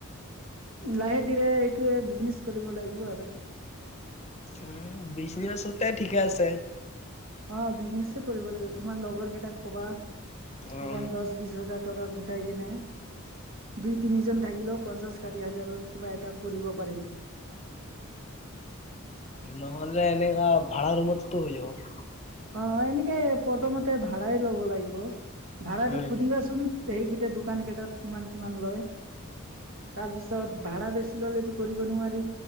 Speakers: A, on the right (about 65°); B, on the left (about 30°).
A: লাহে ধীৰে এইটোৱে বিকনেচ কৰিব লাগিব আৰু।
B: উম বিজনেছতে ঠিকে আছে।
A: অ বিজনেচ কৰিব লাগিব তোমাৰ লগৰ কেইটাক ক'বা অকমান
B: উম
A: দহ, বিশ হাজাৰ। টকা গোটাই কেনে দুই তিনিজন থাকিলেও পঞ্চাশ কাঠি হাজাৰত কিবা এটা কৰিব পাৰিম।
B: নহ'লে এনেকা ভাড়া ৰোমতো হৈ যাব।
A: অ এনেকে প্ৰথমতে ভাড়াই ল'ব লাগিব ভা়টো
B: উম
A: সুধিবাচোন। সেইকেইটা দোকান কেইটাত কিমান কিমান লয়। তাৰপিছত ভাড়া বেছি ললেতো কৰিব নোৱাৰি।